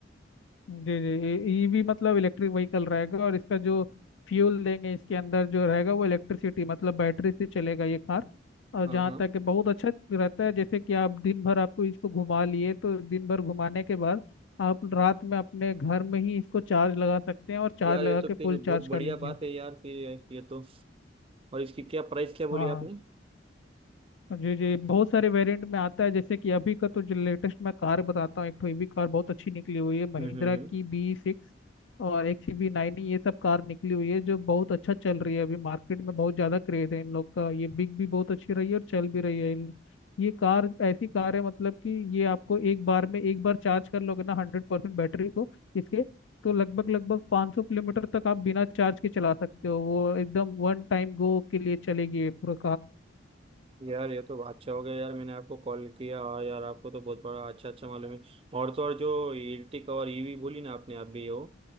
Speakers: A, on the left (about 75°); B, on the right (about 30°).
A: जी जी ये ये भी मतलब इलेक्ट्रिक व्हीकल रहेगा और इसका जो फ्यूल देंगे इसके अंदर जो रहेगा वो इलेक्ट्रिसिटी मतलब बैटरी से चलेगा ये कार और
B: हाँ
A: जहाँ
B: हाँ
A: तक कि बहुत अच्छा रहता है जैसे कि आप दिन भर आपको इसको घुमा लिए तो दिन भर घुमाने के बाद आप रात में अपने घर में ही इसको चार्ज लगा सकते हैं और चार्ज
B: यार
A: लगा
B: ये तो
A: के फुल
B: फिर बहुत
A: चार्ज
B: बढ़िया
A: कर लीजिए
B: बात है यार फिर ये तो और इसकी क्या प्राइस क्या बोली
A: हाँ
B: आपने
A: हाँ जी जी बहुत सारे वेरिएंट में आता है जैसे कि अभी का तो जो लेटेस्ट मैं कार बताता हूँ एक तो ईवी कार बहुत अच्छी निकली हुई है महिंद्रा
B: हम्म हम्म हम्म।
A: की बी सिक्स और एक सी बी नाइन ये सब कार निकली हुई है जो बहुत अच्छा चल रही है अभी मार्केट में बहुत ज़्यादा क्रेज है इन लोग का ये बिक भी बहुत अच्छी रही है और चल भी रही है इन- ये कार ऐसी कार है मतलब कि ये आपको एक बार में एक बार चार्ज कर लोगे ना हंड्रेड परसेंट बैटरी को इसके तो लगभग लगभग 500 किलोमीटर तक आप बिना चार्ज के चला सकते हो वो एकदम वन टाइम गो के लिए चलेगी ये पूरा
B: यार ये तो अच्छा हो गया यार मैंने आपको कॉल किया और यार आपको तो बहुत बड़ा अच्छा अच्छा मालूम है और तो और जो इलेक्ट्रिक और ईवी बोली ना आपने आप भी हो